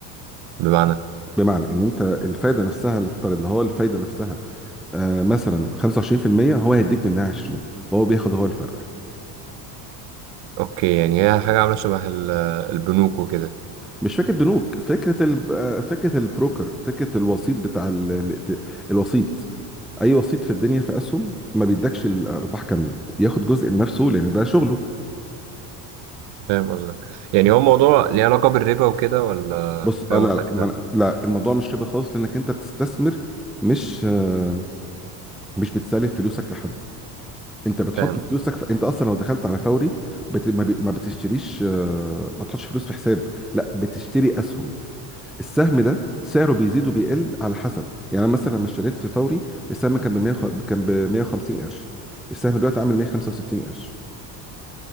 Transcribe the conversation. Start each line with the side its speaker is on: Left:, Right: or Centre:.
Right: بمعنى
Centre: بمعنى ان انت الفايده نفسها نفترض اللي هو الفايده نفسها آه مثلا 25% هو هيديك منها 20 وهو بياخد هو الفرق
Right: اوكي يعني هي حاجة عاملة شبه ال- البنوك وكده
Centre: مش فكره بنوك فكره ال... آه، فكره البروكر فكره الوسيط بتاع ال... ال- الوسيط اي وسيط في الدنيا في اسهم ما بيدكش الارباح كامله بياخد جزء لنفسه لان ده شغله
Right: فاهم قصدك يعني هو موضوع ليه علاقة بالربا وكده ولا
Centre: بص
Right: حاجة
Centre: آه لا
Right: مختلفة
Centre: لا ما أنا- لا الموضوع مش ربا خالص لانك انت بتستثمر مش آه مش بتسلف فلوسك لحد انت بتحط
Right: فاهم
Centre: فلوسك في... انت اصلا لو دخلت على فوري بت... ما, بي... ما بتشتريش آه ما بتحطش فلوس في حساب لا بتشتري اسهم السهم ده سعره بيزيد وبيقل على حسب يعني أنا مثلا لما اشتريت في فوري السهم كان ب 100 خ- كان ب 150 قرش السهم دلوقتي عامل 165 قرش